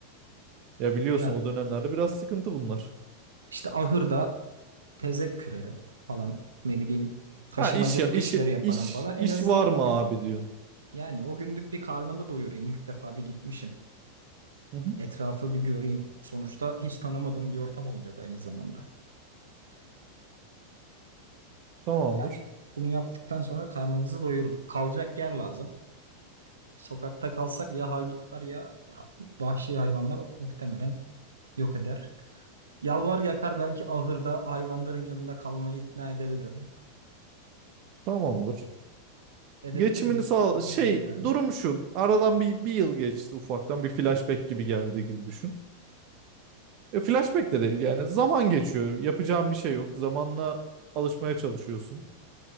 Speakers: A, on the right; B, on the right.
A: Ya biliyorsun
B: Ya
A: o dönemlerde biraz sıkıntı bunlar.
B: işte ahırda tezek kürerim falan ne bileyim taşımacılık
A: Ha iş ya iş
B: işleri yaparım
A: iş
B: falan. En
A: iş
B: azından
A: var mı
B: o
A: abi
B: gün
A: diyorsun.
B: yani o günlük bir karnımı doyurayım. ilk defa bir gitmişim.
A: Hı hı.
B: Etrafı bir göreyim. Sonuçta hiç tanımadığım bir ortam olacak aynı zamanda.
A: Tamamdır.
B: Yani bunu yaptıktan sonra karnımızı doyurduk. Kalacak yer lazım. Sokakta kalsak ya haydutlar ya vahşi hayvanlar muhtemelen yok eder. Yalvar yakar belki ahırda hayvanların yanında kalmayı ikna edebilirim.
A: Tamamdır.
B: Edebilir
A: Geçimini
B: miyim?
A: sağ
B: Buna
A: şey
B: izin verirler mi?
A: durum şu. Aradan bir, bir yıl geçti ufaktan bir flashback gibi geldi gibi düşün. E, flashback de değil yani zaman geçiyor. Yapacağın bir şey yok. Zamanla alışmaya çalışıyorsun.